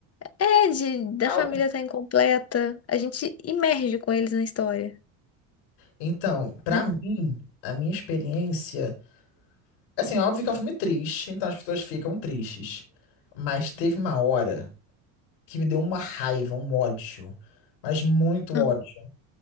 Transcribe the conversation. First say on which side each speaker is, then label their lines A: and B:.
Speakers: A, on the left; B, on the left.
A: é, de, da
B: Ah,
A: família estar incompleta. A gente imerge com eles na história,
B: Então, pra
A: né?
B: mim, a minha experiência. Assim, óbvio que é um filme triste, então as pessoas ficam tristes. Mas teve uma hora que me deu uma raiva, um ódio. Mas muito
A: Aham.
B: ódio.